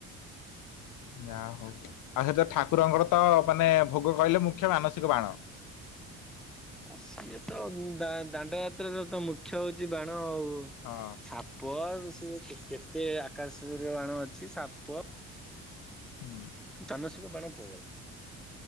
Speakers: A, on the left; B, in the centre.
A: ଯାହା ହଉ ଆଉ ସେ ଯ ଠାକୁରଙ୍କର ତ ମାନେ ଭୋଗ କହିଲେ ମୁଖ୍ୟ ମାନସିକ ବାଣ।
B: ଆ ସିଏ ତ ଦା ଦାଣ୍ଡ ଯାତ୍ର ର ତ ମୁଖ୍ୟ ହଉଛି ବାଣ ଆଉ।
A: ହଁ
B: ସାପ ସେ କେତେ ଆକାଶରେ ବାଣ ଅଛି ସାପ
A: ହୁଁ।
B: ତାନସିକ ପାଣି ପ୍ରବଳ।